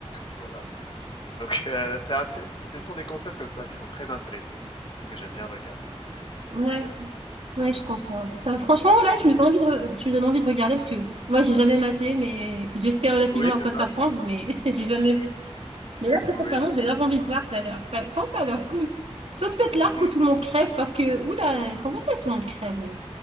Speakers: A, on the left; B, on the right.
A: Voilà. Donc <laughs> heu, c'est un très ce sont des concepts comme ça qui sont très intéressants, que j'aime bien regarder. Donc
B: Ouais.
A: heu,
B: Ouais, je comprends. ouais. Ça, franchement, là, tu me donnes envie de, re- tu me donnes envie de regarder parce que moi, j'ai jamais maté, mais je sais relativement
A: oui,
B: à quoi
A: c'est
B: ça
A: ça.
B: ressemble, mais <laughs> j'ai jamais
A: Mmh,
B: vu. Mais là, très
A: oui.
B: sincèrement, j'ai grave envie de voir, ça a l'air, ça, enfin, ça a l'air cool. Sauf peut-être l'arc
A: Mmh.
B: où tout le monde crève parce que, oula, comment ça, tout le monde crève? euh